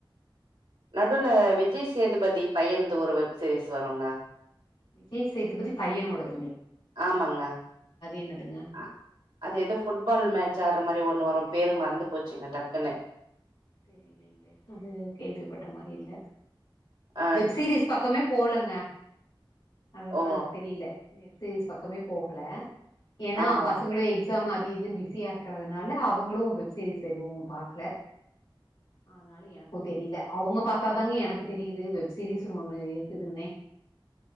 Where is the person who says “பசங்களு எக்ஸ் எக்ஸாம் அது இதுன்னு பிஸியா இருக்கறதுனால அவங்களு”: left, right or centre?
Left